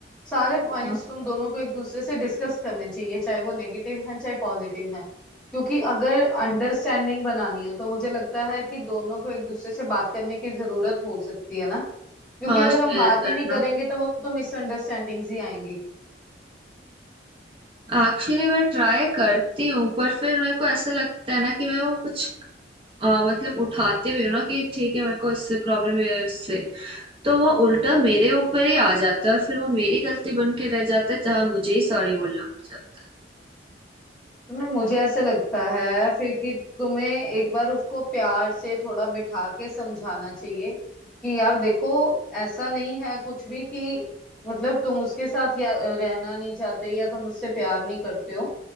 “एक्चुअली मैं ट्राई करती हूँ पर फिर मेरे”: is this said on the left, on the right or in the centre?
Right